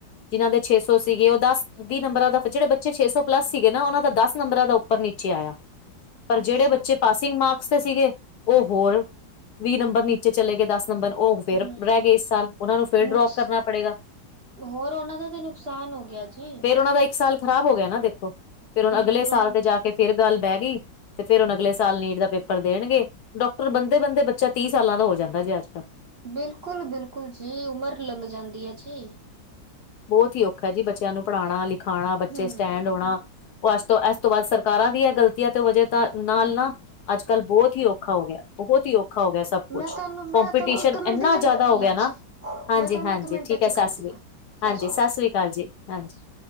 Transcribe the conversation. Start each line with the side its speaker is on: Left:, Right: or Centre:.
Left: ਜਿਨ੍ਹਾਂ ਦੇ ਛੇ ਸੌ ਸੀਗੇ। ਉਹ ਦਸ ਵੀਹ ਨੰਬਰਾਂ ਦਾ ਜਿਹੜੇ ਬੱਚੇ ਛੇ ਸੌ ਪਲੱਸ ਸੀਗੇ ਨਾ ਉਹਨਾਂ ਦਾ ਦਸ ਨੰਬਰਾਂ ਉਪਰ ਨੀੇਚੇ ਆਇਆ। ਪਰ
Right: ਅੱਛਾ।
Left: ਜਿਹੜੇ ਬੱਚੇ ਪਾਸਿੰਗ ਮਾਰਕਸ ਤੇ ਸੀਗੇ। ਉਹ ਹੋਰ ਵੀਹ ਨੰਬਰ ਨੀਚੇ ਚਲੇ ਗਏ ਦਸ ਨੰਬਰ ਉਹ ਫੇਰ
Right: ਹੂੰ
Left: ਰਹਿ ਗਏ ਇਸ ਸਾਲ। ਉਹਨਾ ਨੂੰ ਫਿਰ ਡਰੋਪ
Right: ਨੁਕਸ
Left: ਕਰਨਾ ਪੜੇਗਾ।
Right: ਹੋਰ ਉਹਨਾਂ ਦਾ ਤੇ ਨੁਕਸਾਨ ਹੋ ਗਿਆ ਜੀ।
Left: ਫੇਰ ਉਹਨਾਂ ਦਾ ਇੱਕ ਸਾਲ ਖ਼ਰਾਬ ਹੋ ਗਿਆ ਨਾ ਦੇਖੋ ਫਿਰ ਹੁਣ
Right: ਬਿਲਕੁਲ
Left: ਅਗਲੇ ਸਾਲ ਤੇ ਜਾ ਕੇ ਫੇਰ ਗੱਲ ਬਹਿ ਗਈ ਤੇ ਫੇਰ ਹੁਣ ਅਗਲੇ ਸਾਲ ਨੀਟ ਦਾ ਪੇਪਰ ਦੇਣਗੇ। ਡਾਕਟਰ ਬੰਦੇ -ਬੰਦੇ ਬੱਚਾ ਤੀਹ ਸਾਲਾਂ ਦਾ ਹੋ ਜਾਂਦਾ ਜੇ ਅੱਜ-ਕੱਲ੍ਹ
Right: ਬਿਲਕੁਲ -ਬਿਲਕੁਲ ਜੀ। ਉਮਰ ਲੰਘ ਜਾਂਦੀ ਐ ਜੀ।
Left: ਬਹੁਤ ਹੀ ਔਖਾ ਜੀ ਬੱਚਿਆਂ ਨੂੰ ਪੜ੍ਹਾਣਾਲਿਖਾਣਾ, ਬੱਚੇ
Right: ਹੂੰ-ਹੂੰ।
Left: ਸਟੈਂਡ ਹੋਣਾ। ਉਹ ਅੱਜ ਤੋਂ ਇਸ ਤੋਂ ਬਾਅਦ ਸਰਕਾਰਾਂ ਦੀ ਇਹ ਗਲਤੀਆਂ ਤੇ ਵਜੇ ਤਾਂ ਨਾਲ ਨਾ ਅੱਜ-ਕੱਲ੍ਹ ਬੋਤ ਬਹੁਤ ਹੀ ਔਖਾ ਹੋ ਗਿਆ ਬਹੁਤ ਹੀ ਔਖਾ ਹੋ ਗਿਆ ਸਭ ਕੁਛ
Right: ਮੈਂ ਤੁਹਾਨੂੰ
Left: ਕੋਂਪੀਟੀਸ਼ਨ
Right: ਮੈਂ ਤੁਹਾਨੂੰ ਇੱਕ ਮਿੰਟ
Left: ਇੰਨਾ
Right: ਚ
Left: ਜ਼ਿਆਦਾ
Right: ਕਰਦੀ
Left: ਹੋ ਗਿਆ
Right: ਹਾਂ
Left: ਨਾ।
Right: ਜੀ।
Left: ਹਾਂਜੀ-ਹਾਂਜੀ
Right: ਮੈਂ ਤੁਹਾਨੂੰ ਇੱਕ ਮਿੰਟ
Left: ਠੀਕ
Right: ਚ
Left: ਹੈ। ਸਾਸ
Right: ਕਰਦੀ
Left: ਸ੍ਰੀ
Right: ਹਾਂ
Left: ਹਾਂਜੀ।
Right: ਸ਼੍ਰੀ
Left: ਸਤਿ ਸ੍ਰੀ ਅਕਾਲ ਜੀ ਹਾਂਜੀ।
Right: ਸਤਿ ਸ਼੍ਰੀ